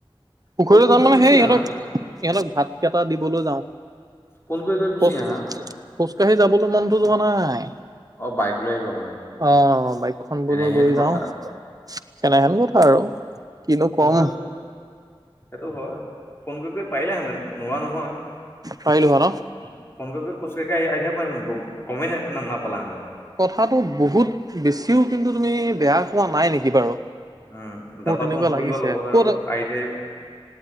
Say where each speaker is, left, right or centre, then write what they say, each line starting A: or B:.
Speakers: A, on the right; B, on the left.
A: পুখুৰীলৈ
B: ফোন কৰি
A: যাম
B: কৰি
A: মানে
B: গুচি
A: সেই ইহঁতক
B: আহা
A: ইহঁতক ভাত কেইটা দিবলৈ যাওঁ।
B: ফোন কৰি কৰি গুছি
A: খোজ
B: আহা।
A: খোজকাঢ়ি যাবলৈ মনতো যোৱা নাই।
B: অ বাইক লৈ আহিবা মানে
A: আহ বাইকখন বোলো
B: এনেহেন
A: লৈ
B: কথা
A: যাওঁ। তেনেহেন কথা আৰু কিনো
B: ফোন
A: কম।
B: কৰি সেইটো হয় ফোন কৰি কৰি পাৰিলেহেতেন নোৱাৰা নহয়।
A: পাৰিলো হয় ন
B: ফোন কৰি খোজা কাৰি কাৰি আহি থাকিব পাৰিলেহেঁতেন গমেই নাই নাপালেহেঁতেন।
A: কথাতটো বহুত বেছিও কিন্তু তুমি বেয়া কোৱা নাই নেকি বাৰু।
B: উম
A: মোৰ
B: ড়াটাটো
A: তেনেকুৱা
B: অন কৰি
A: লাগিছে।
B: লোৱা লগত
A: ক'ত
B: আৰু আহি থাকিব